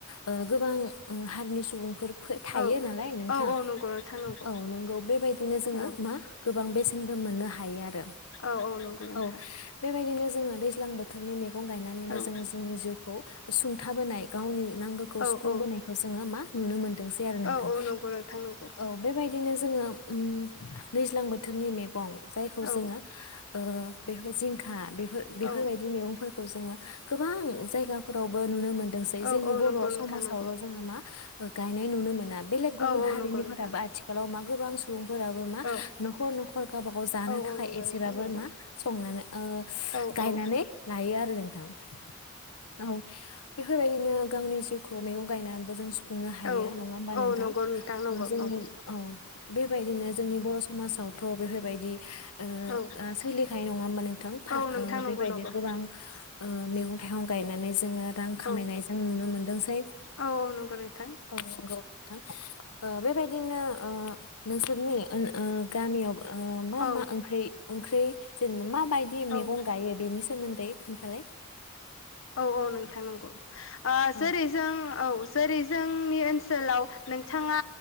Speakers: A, on the left; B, on the left.
A: ओ गोबां हारिनि सुबुंफोर थायो
B: औ
A: नालाय नोंथां
B: औ औ नंगौ नोंथां नंगौ
A: औ नोंगौ बेबायदिनो जोङो
B: औ
A: मा गोबां बेसेनबो मोननो हायो आरो
B: औ औ नंगौ नोंथां
A: औ बेबायदिनो जोङो दैज्लां बो थोरनि मै गं गायनानैबो जों
B: औ
A: जोंनि जिउखौ सुंथाबोनाय गावनि नांगौखौ
B: औ
A: सुफुंबोनायखौ
B: औ
A: जोङो मा नुनो मोनो दोंसै आरो नोंथां
B: औ औ नंगौ नोंथां नंगौ
A: औ बेबाय बिदिनो जोङो ओम दैज्लां बोथोरनि मे गं जायखौ
B: औ
A: जोङो ओ बेफोर जिंखा बे फोर बेफोरबायदि
B: औ
A: मैगंफोरखौ जोङो गोबां जायगाफोरावबो नुनो मोनो सै
B: औ
A: जोंनि
B: औ
A: बर'
B: नंगौ नोंथां
A: समाजावल'
B: नंगौ
A: जोङो मा ओ गाय नुनो मोना बेलेग गुबुन
B: औ औ
A: हारिनि
B: नंगौ नोंथां
A: फोराबो आथिखालाव मा गोबां सुबुं फोराबो मा
B: औ
A: न'खर न'खर गावबा गाव जानो
B: औ औ
A: थाखाय
B: नंगौ
A: एसेबाबो
B: नोंथां नंगौ
A: मा संनानै ओ
B: औ
A: गायनानै
B: औ
A: हायो आरो नोंथां औ बेफोरबायदिनो गावनि जिउखौ मैगं गायनानैबो जों सु खुंनो हायो
B: औ
A: नङा होमबा
B: औ
A: नोंथां
B: नंगौ नोंथां नंगौ
A: ओ जोंनि
B: नंगौ
A: बेबायदिनो जोंनि बर' समाजावथ' बेफोरबायदि ओ
B: औ
A: सोलिखायो नङा होमबा नोंथां
B: औ नोंथां नंगौ
A: बेबायदि
B: नंगौ
A: गोबां ओ मैगं थाइगं गायनानै जोङो रां खामायनाय
B: औ
A: जों नुनो मोनदोंसै
B: औ औ नंगौ नोंथां
A: औ नंगौ नोंथां ओ बेबायदिनो ओ नोंसोरनि गामियाव ओ मा
B: औ
A: मा ओंख्रि ओंख्रि खारै जेनेबा मा बायदि मैगं
B: औ
A: गायो बेनि सोमोन्दै खोन्थालाय
B: औ औ नोंथां नंगौ आ
A: औ
B: जेरै जों औ जेरै जोंनि ओनसोलाव नोंथाङा